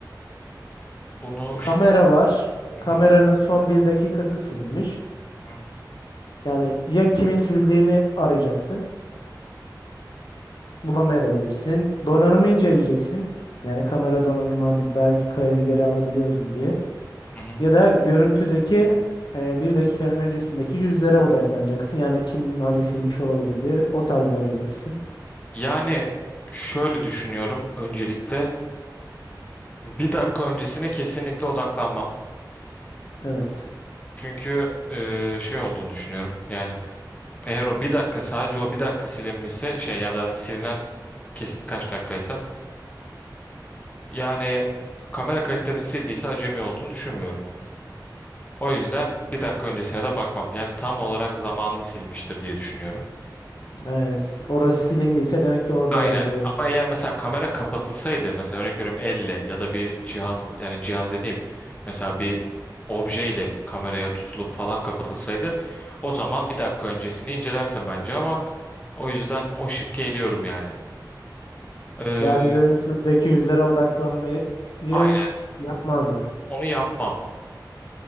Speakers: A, on the left (about 20°); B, on the left (about 70°).
A: bunu
B: Kamera
A: şu...
B: var.
A: Hı
B: Kameranın
A: hı.
B: son bir dakikası silinmiş.
A: Hı hı.
B: Yani ya kimin sildiğini arayacaksın. Bulamayabilirsin. Donanımı inceleyeceksin. Yani kamera donanımı hani belki kaydı geri alabiliyoruz mu diye.
A: Hı hı.
B: Ya da görüntüdeki e, bir dakikanın öncesindeki yüzlere odaklanacaksın. Yani kim hani silmiş olabilir diye o tarz arayabilirsin.
A: Yani şöyle düşünüyorum öncelikle. Bir dakika öncesine kesinlikle odaklanmam.
B: Evet.
A: Çünkü eee, şey olduğunu düşünüyorum. Yani Eğer o bir dakika sadece o bir dakika silinmişse şey ya da silinen kesit kaç dakikaysa yani kamera kayıtlarını sildiyse acemi olduğunu düşünmüyorum. O yüzden bir dakika öncesine de bakmam. Yani tam olarak zamanını silmiştir diye düşünüyorum.
B: Yani s- orası silindiyse demek ki orada
A: Aynen.
B: var bir olay
A: Ama
B: diyorsun.
A: eğer mesela kamera kapatılsaydı mesela örnek veriyorum elle ya da bir cihaz yani cihaz dediğim mesela bir objeyle kameraya tutulup falan kapatılsaydı o zaman bir dakika öncesini incelersin bence ama o yüzden o şıkkı eliyorum yani. Ee,
B: Yani görüntüdeki yüzlere odaklanmayı s-
A: aynen.
B: yapmazdı.
A: Onu yapmam.